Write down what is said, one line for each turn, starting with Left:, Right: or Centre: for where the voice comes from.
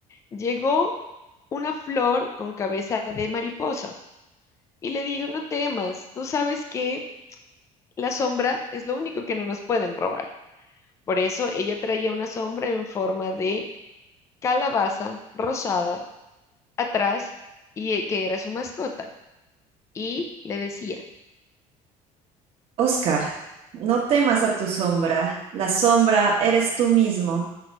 Left: llegó una flor con cabeza de mariposa y le dijo, no temas, tú sabes que la sombra es lo único que no nos pueden robar. Por eso ella traía una sombra en forma de calabaza rosada atrás y eh, que era su mascota. Y le decía,
Right: Oscar, no temas a tu sombra, la sombra eres tú mismo.